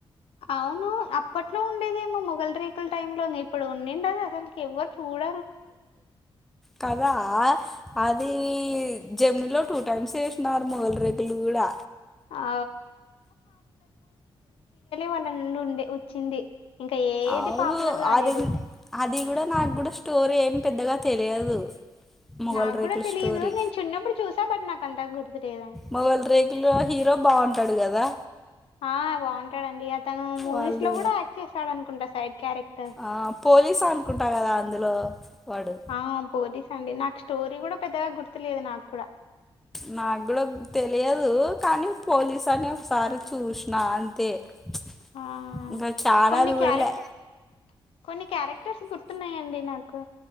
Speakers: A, on the left; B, in the centre.
A: అవును అప్పట్లో ఉండేదేమో మొఘలు రేకులు టైమ్ లోని ఇప్పుడు ఉనిండదు అసలుకి ఎవరు చూడ
B: కథా అద్ జెమిని లో టూ టైమ్స్ వేసినారు మొగలి రేకులు గూడా
A: ఆ వాళ్ళండుండే వచ్చింది ఇంక ఏది
B: అవును
A: పాపులర్ గాలేదు
B: అది అది గూడా నాగ్గూడ స్టోరీ ఏం పెద్దగా తెలియదు మొగల్
A: నాకు
B: రేకులు
A: కూడా తెలియదు
B: స్టోరీ
A: నేను చిన్నప్పుడు చూసా బట్ నాకు అంత గుర్తులేదండి
B: మొగల్ రేకుల్లో హీరో ఉంటడు గదా
A: ఆ బాగుంటాడండి తను మూవీస్
B: వాళ్ళు
A: లో గుడా యాక్ట్ చేసాడనుకుంటా సైడ్ క్యారెక్టర్
B: ఆ పోలీస్ అనుకుంటా కదా అందులో వాడు
A: ఆ పోలీస్ అండి నాకు స్టోరీ గుడా పెద్దగా గుర్తులేదు నాక్కుడ
B: నాక్కూడా తెలియదు కానీ పోలీస్ అని ఒకసారి చూసిన అంతే, ప్చ్
A: ఆ
B: నేను చాలా
A: కొన్ని
B: చూడలే
A: క్యారెక్టర్ కొన్ని క్యారెక్టర్స్ గుర్తున్నాయండి నాకు